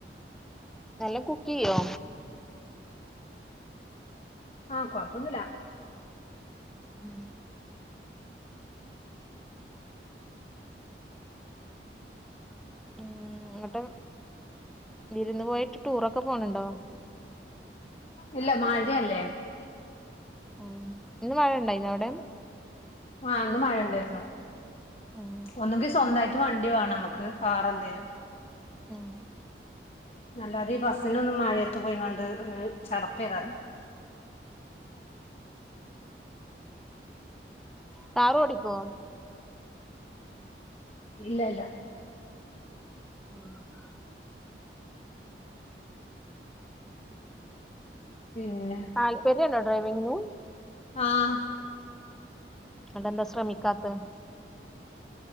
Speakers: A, in the centre; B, on the left (about 35°).
A: നല്ലോം കുക്ക് ചെയ്യോ?
B: ആഹ് കൊഴപ്പൊന്നുല്ല
A: ഉം ഉം ങ്ങട്ടും വിരുന്ന് പോയിട്ട് ടൂറൊക്കെ പോണ് ണ്ടോ?
B: ഇല്ല മഴല്ലേ
A: ഉം ഇന്ന് മഴ ണ്ടായിനോ അവിടെ?
B: ആഹ് ഇന്ന് മഴ ണ്ടായ്ർന്നു
A: ഉം
B: ഒന്നങ്കി സ്വന്തായിട്ട ട്ട് വണ്ടി വേണം നമുക്ക് കാറെന്തേലും
A: ഉം
B: അല്ലാതെ ഈ ബസ്സിനൊന്നും മഴയത്ത് പോയിങ്ങാണ്ട് ഒരു ചടപ്പേക്കാരം <inaudible>
A: കാറോടിക്കോ?
B: ഇല്ല ഇല്ല
A: ആഹ്
B: പിന്നെ
A: താല്പര്യണ്ടോ ഡ്രൈവിങ്ങിന്?
B: ആഹ്
A: ന്നട്ടെന്താ ശ്രമിക്കാത്തത്?